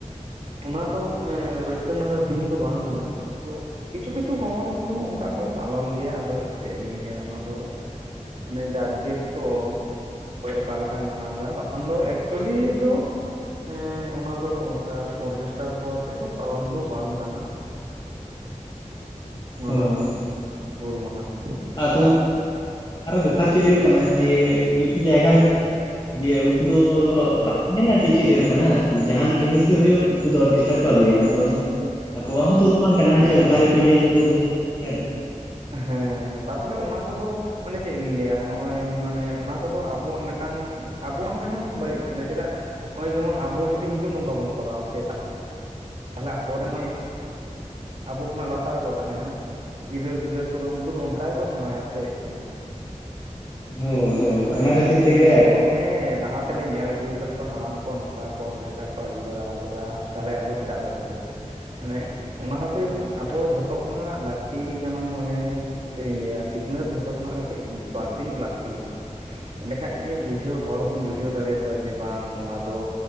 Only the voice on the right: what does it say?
ᱚᱱᱟ ᱫᱚ ᱨᱟᱹᱥᱠᱟᱹ ᱨᱮᱱᱟᱜ ᱫᱚ ᱫᱤᱱ ᱫᱚ ᱵᱟᱝ ᱠᱟᱱᱟ ᱟᱫᱚ ᱠᱤᱪᱷᱩ ᱠᱤᱪᱷᱩ ᱦᱚᱲ ᱫᱚ ᱚᱝᱠᱟ ᱠᱚ ᱯᱟᱞᱚᱱ ᱜᱮᱭᱟ ᱟᱫᱚ ᱪᱮᱫ ᱤᱧ ᱞᱟᱹᱭᱟ ᱚᱱᱟ ᱫᱚ᱾ ᱢᱟᱱᱮ ᱡᱟᱠᱡᱮᱨ ᱛᱚ ᱚᱠᱚᱭ ᱚᱠᱟ ᱞᱮᱠᱟᱭ ᱢᱟᱱᱟᱣ ᱮᱫᱟ ᱵᱟᱠᱷᱟᱱ ᱫᱚ ᱮᱠᱪᱚᱞᱤ ᱫᱚ ᱮᱸ ᱚᱱᱟ ᱫᱚ ᱚᱱᱠᱟ ᱚᱨᱜᱮᱥᱴᱟᱨ ᱠᱚ ᱟᱛᱮ ᱫᱚ ᱯᱟᱞᱚᱱ ᱫᱚ ᱵᱟᱝ ᱠᱟᱱᱟ ᱢᱟᱱᱟᱣ
ᱫᱚ ᱦᱩᱞ ᱢᱟᱦᱟ ᱫᱚ
ᱦᱮᱸ
ᱦᱮᱸ ᱦᱮᱸ, ᱛᱟᱯᱚᱨᱮ ᱚᱱᱟ ᱠᱚᱫᱚ ᱢᱟᱱᱮ ᱪᱮᱫ ᱞᱤᱧ ᱞᱟᱹᱭᱟ ᱦᱚᱜ-ᱚᱭ ᱢᱟᱱᱮ ᱚᱱᱟ ᱠᱚᱫᱚ ᱟᱵᱚᱣᱟᱜ ᱢᱤᱫ ᱴᱟᱝ ᱟᱵᱚᱣᱟᱜ ᱦᱚᱸ ᱢᱤᱫ ᱴᱟᱝ ᱵᱟᱹᱲᱤᱡ ᱠᱟᱱᱟ ᱪᱮᱫᱟᱜ ᱦᱚᱜᱼᱚᱭ ᱡᱮᱢᱚᱱ ᱟᱵᱚ ᱡᱩᱫᱤ ᱦᱤᱸᱛᱚᱜ ᱱᱚᱝᱠᱟ ᱵᱚᱱ ᱠᱚᱨᱟᱣᱟ ᱥᱮ ᱛᱟᱦᱞᱮ ᱟᱵᱚᱨᱮᱱ ᱮ <unintelligible> ᱟᱵᱚ ᱠᱷᱚᱱᱟᱜ ᱞᱟᱛᱟᱨ ᱨᱮᱠᱚ ᱛᱟᱦᱮᱸᱱᱟ ᱜᱤᱫᱟᱹᱨ ᱯᱤᱫᱟᱹᱨ ᱠᱚᱫᱚ ᱩᱱᱠᱩ ᱩᱱᱠᱩ ᱫᱚ ᱚᱱᱠᱟ ᱜᱮᱠᱚ ᱥᱮᱬᱟᱭᱟ ᱥᱮ ᱮᱸᱜ
ᱠᱷᱟᱱ
ᱞᱟᱹᱭ
ᱟᱠᱚ ᱦᱟᱸᱜ ᱦᱮᱸ ᱞᱟᱦᱟ ᱛᱮᱞᱮ ᱧᱮᱞ ᱟᱹᱜᱩ ᱠᱟᱜ ᱠᱚᱣᱟ ᱦᱟᱲᱟᱢ ᱠᱚ ᱱᱚᱝᱠᱟ ᱠᱚ ᱚᱨᱠᱮᱥᱴᱟᱨ ᱠᱚ ᱟᱹᱜᱩ ᱵᱟᱲᱟᱣ ᱠᱟᱫᱟ᱾ ᱛᱟᱦᱚᱞᱮ ᱟᱵᱚ ᱪᱮᱫᱟᱜ ᱵᱟᱵᱚᱱ ᱟᱹᱜᱩᱭᱟ᱾ ᱢᱟᱱᱮ ᱚᱱᱟ ᱠᱷᱟᱹᱛᱤᱨ ᱟᱵᱚ ᱡᱷᱚᱛᱚ ᱠᱷᱚᱱᱟᱜ ᱞᱟᱹᱠᱛᱤ ᱠᱟᱱᱟ ᱢᱟᱱᱮ ᱪᱮᱫ ᱤᱧ ᱞᱟᱹᱭᱟ ᱥᱤᱠᱷᱱᱟᱹᱛ ᱡᱷᱚᱛᱚ ᱠᱷᱚᱱᱟᱜ ᱠᱟᱹᱴᱤᱡ ᱵᱟᱹᱲᱛᱤ ᱧᱚᱜ ᱞᱟᱹᱠᱛᱤ ᱵᱚᱱᱟ᱾ ᱮᱸᱰᱮ ᱠᱷᱟᱡ ᱜᱮ ᱵᱩᱡᱷᱟᱹᱣ ᱦᱚᱲ ᱵᱚᱱ ᱵᱩᱡᱷᱟᱹᱣ ᱫᱟᱲᱮᱭᱟ ᱠᱚᱣᱟ ᱡᱮ ᱵᱟᱝ ᱱᱚᱣᱟ ᱫᱚ